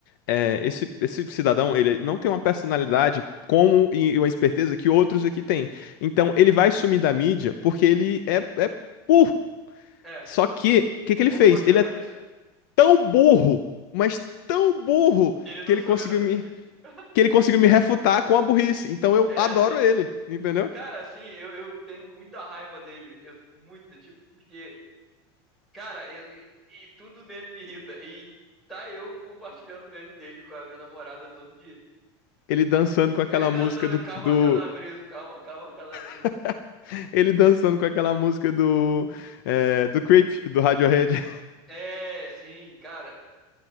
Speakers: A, on the left; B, in the centre.
A: é, esse, esse cidadão, ele não tem uma personalidade como e uma esperteza que outros aqui têm. Então, ele vai sumir da mídia porque ele é, é burro.
B: É,
A: Só que, o que que ele
B: o
A: fez?
B: oposto
A: Ele
B: aconteceu.
A: é
B: <laughs>
A: tão burro, mas tão burro,
B: Ele não
A: que ele
B: sumiu
A: conseguiu
B: da
A: me,
B: mídia. <laughs>
A: que ele conseguiu me refutar com a burrice. Então, eu
B: É,
A: adoro
B: assim.
A: ele, entendeu?
B: Cara, assim, eu, eu tenho muita raiva dele. Eu, muita, tipo, porque. Cara, eu- e- e tudo nele me irrita. E tá eu compartilhando o meme dele com a minha namorada todo dia.
A: Ele dançando com aquela
B: Ele dançando,
A: música do,
B: calma,
A: do-
B: calabreso, calma, calma, calabreso.
A: <laughs> ele dançando com aquela música do, é, do Creep, do Radiohead.
B: É, sim, cara.